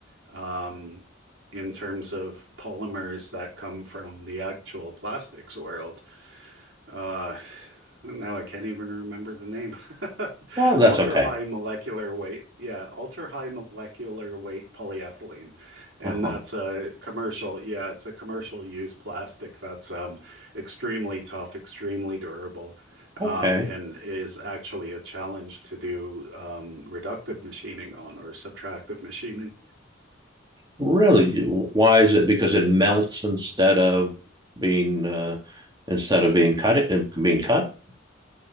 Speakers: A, on the right (about 65°); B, on the right (about 20°).
A: um, in terms of polymers that come from the actual plastics world, uh, now I can't even remember the name. <laughs>
B: Well, that's
A: Ultra
B: okay.
A: high molecular weight. Yeah, ultra high molecular weight polyethylene. And
B: Uh-huh.
A: that's a commercial, yeah, it's a commercial use plastic that's um, extremely tough, extremely durable, um,
B: Okay.
A: and is actually a challenge to do um, reductive machining on or subtractive machining.
B: Really? Why is it? Because it melts instead of being uh, instead of being cut being cut.